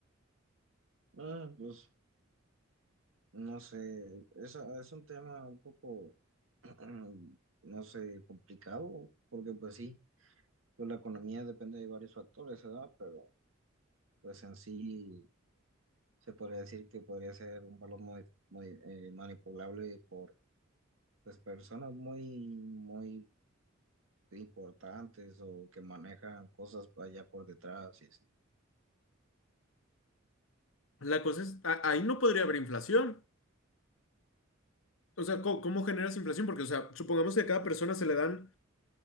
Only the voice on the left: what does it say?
La cosa es, a- ahí no podría haber inflación. O sea, ¿cómo, cómo generas inflación? Porque, o sea, supongamos que a cada persona se le dan,